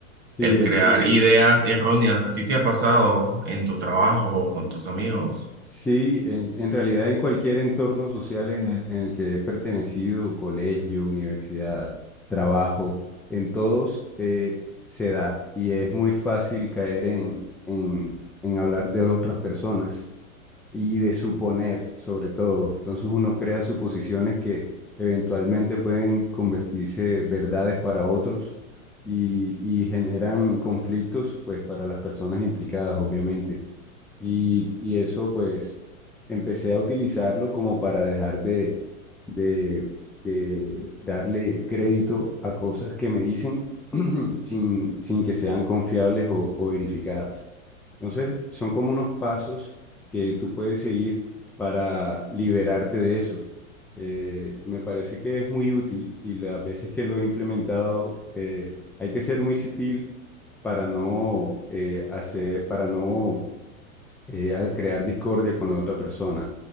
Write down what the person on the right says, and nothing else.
el crear Sí. ideas erróneas, ¿a ti te ha pasado en tu trabajo o con tus amigos?